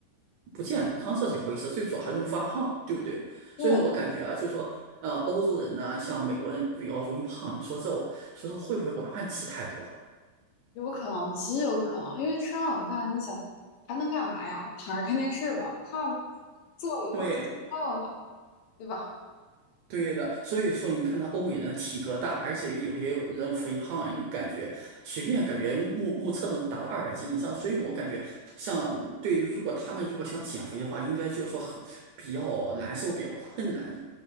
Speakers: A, on the right; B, on the left.
A: 不健康这是一回事，最主要还容易发胖，对不对？
B: <laughs> 对，
A: 所以我感觉啊，就是说呃欧洲人呢，像美国人比较容易胖，你说这我说这会不会晚饭吃太多啊
B: 有可能，极有可能，因为吃完晚饭，你想还能干嘛呀？躺着看电视吧，看坐一会儿就睡觉了，
A: 对，
B: 对吧？
A: 对的，所以说你看他欧美人体格大，而且有些人肥胖，你感觉随便感觉目目测能达到二百斤以上，所以我感觉像对于如果他们如果想减肥的话，应该就是说很比较难受，比较困难的